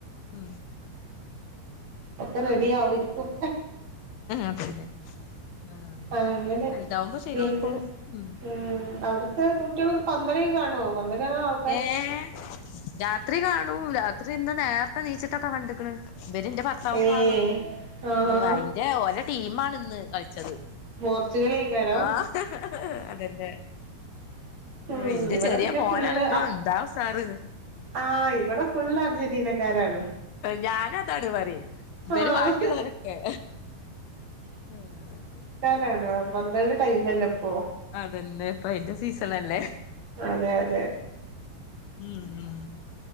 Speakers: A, on the left; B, on the right.
A: ഉം
B: ഒക്കെ റെഡി ആവു ആയിരിക്കും.
A: അതന്നെ ആഹ്
B: അങ്ങനെ
A: വലുതാവുമ്പോ ശരിയായിക്കോളും
B: പിന്നെ
A: ഉം
B: ആഹ് അവിടെ ത്തെ കുട്ടികൾക്ക് പന്തളേയ് കാണോ <unintelligible>
A: ഏഹ് രാത്രി കാണൂ രാ ഇവര് ഇന്ന് നേരത്തെണീച്ചിട്ടൊക്കെ കണ്ട്ക്ക്ണ്. ഇവരിന്റെ ഭർത്താവും
B: ഏയ്
A: കാണും.
B: ആഹാ
A: വൈ ക്യാ ഓരെ ടീമാണ് ഇന്ന് കളിച്ചത്.
B: പോർച്ചുഗലേക്കാരോ
A: ആഹ് അതന്നെ
B: ഉം
A: ആഹ് ഇന്റെ
B: ഇവിടെ
A: ചെറിയ
B: പിന്നെ
A: മോനടക്കം
B: ഫുള്ള്
A: എന്താ ഉസാറ്.
B: ആഹ് ഇവിടെ ഫുള്ള് അർജന്റീനക്കാരാണ്.
A: ഞാന അതാണ് പറയ് ഇവര്
B: ആഹ്
A: ബാക്കിയുള്ളവരൊക്കെ ആഹ്
B: രാണ് പന്തളിടെ ടൈമല്ലേ ഇപ്പോ
A: അതന്നെ ഇപ്പ അയിന്റെ സീസൺ അല്ലേ
B: അതെ അതെ
A: ഉം ഉം